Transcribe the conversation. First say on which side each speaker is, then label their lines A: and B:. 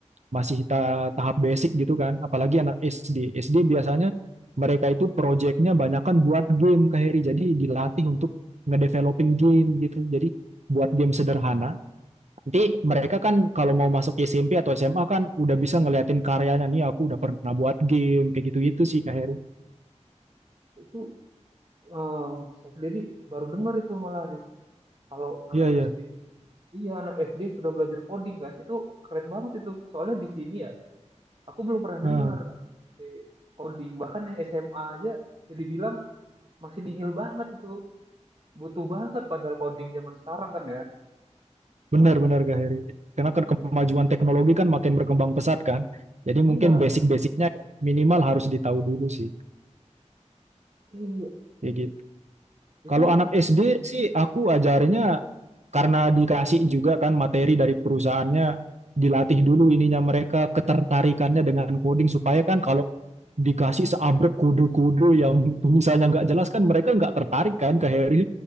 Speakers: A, on the right; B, on the right.
A: masih ta- tahap basic gitu kan. Apalagi anak SD. SD biasanya mereka itu projectnya banyak kan buat game Kak Heri. Jadi dilatih untuk ngedeveloping game gitu. Jadi buat game sederhana. Nanti mereka kan kalau mau masuk SMP atau SMA kan udah bisa ngeliatin karyanya. Nih aku udah pernah buat game kayak gitu-gitu sih Kak Heri.
B: itu eh, saya sendiri baru dengar itu malah Haris kalau anak
A: Iya, iya.
B: SD iya anak SD sudah belajar coding kan itu keren banget itu soalnya di sini ya aku belum pernah
A: Ah.
B: dengar eh, coding bahkan yang SMA aja bisa dibilang masih nihil banget itu butuh banget padahal coding zaman sekarang kan ya.
A: Benar-benar Kak Heri. Karena kan kemajuan teknologi kan makin berkembang pesat kan. Jadi mungkin
B: Iya,
A: basic-basicnya minimal harus ditahu dulu sih.
B: iya.
A: Kayak
B: Hmm.
A: gitu.
B: Itu
A: Kalau anak SD sih aku ajarinnya karena dikasih juga kan materi dari perusahaannya dilatih dulu ininya mereka ketertarikannya dengan coding supaya kan kalau dikasih seabrek kode-kode yang <laughs> misalnya nggak jelas kan mereka nggak tertarik kan Kak Heri.